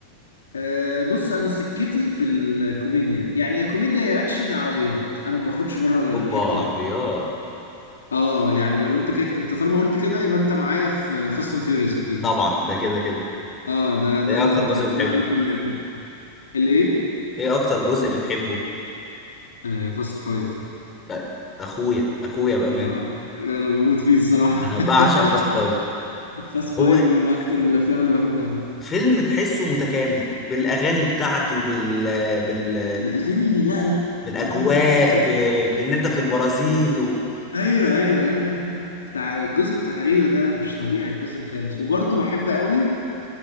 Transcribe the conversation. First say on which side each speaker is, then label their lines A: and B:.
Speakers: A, on the left (about 70°); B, on the left (about 20°).
A: أه بص انا سكتي في الكوميديا يعني يا كوميديا يا اكشن يا عربيات انا ما بخرجش بره الحته
B: اوبا
A: دي
B: عربيات
A: اه يعني لو انت كده انت طالما قلت كده يبقى انت معايا في فاست اند فيوريوس اكيد
B: طبعا ده كده كده
A: اه ده
B: ده
A: ده
B: ايه
A: اللي
B: اكتر
A: متربيين
B: جزء بتحبه
A: عليه <laughs> كلنا الايه
B: ايه اكتر جزء بتحبه
A: آه فاست فايف
B: لا، اخويا اخويا بامان
A: اه انا بموت فيه الصراحه
B: انا بعشق
A: <laughs>
B: فاست فايف
A: فاست فايف
B: هو
A: من اكتر الافلام اللي بحبها
B: فيلم تحسه متكامل بالاغاني بتاعته بال بال
A: الاغاني لا لا
B: بالاجواء
A: يا عم ده احنا
B: ب...
A: ايه ده؟
B: بان انت في البرازيل و...
A: ايوه ايوه لا لا لا لا لا. بتاع الجزء بتاع ريو ده مش طبيعي الجزء الخامس وبرضه بحب قوي